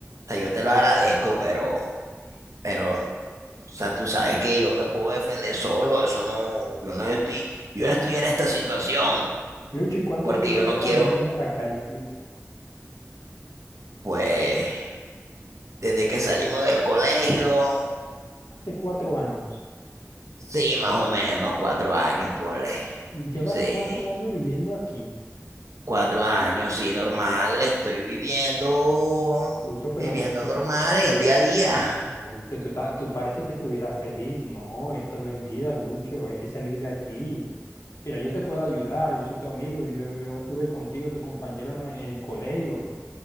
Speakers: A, on the right; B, on the left.
A: sea, yo te lo agradezco, pero, pero sea, tú sabes que yo me puedo defender solo, eso no, yo no estoy, yo no estoy en esta situación,
B: Lucho, ¿y cuánto
A: porque
B: tiempo
A: yo no
B: llevas
A: quiero,
B: viviendo en la calle, Lucho?
A: pues, desde que salimos del colegio,
B: Hace cuatro años.
A: sí, más o menos cuatro años, ponle,
B: Llevas
A: sí,
B: cuatro años viviendo aquí,
A: cuatro años, sí, normal, estoy viviendo,
B: Lucho, pero
A: viviendo
B: tú,
A: normal en el día a día,
B: no, Lucho, tú, ta- tú parece que estuvieras feliz. No, esto no es vida, Lucho. Hay que salir de aquí. Mira, yo te puedo ayudar, yo soy tu amigo, yo, yo estuve contigo, tu compañero en, en el colegio.